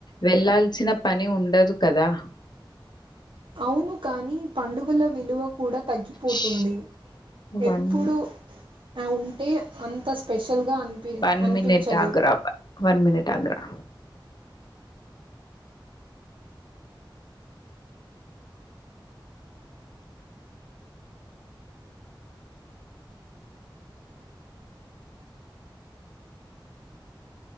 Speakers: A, on the left (about 55°); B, on the right (about 80°).
A: వెళ్లాల్సిన పని ఉండదు కదా
B: అవును కాని పండుగల విలువకు కూడా తగ్గిపోతుంది
A: ష్ వన్
B: ఎప్పుడు అ ఉంటే అంత స్పెషల్గా అనిపి
A: వన్
B: అనిపించదు
A: మనిట్ ఆగురా వన్ మనిట్ ఆగురా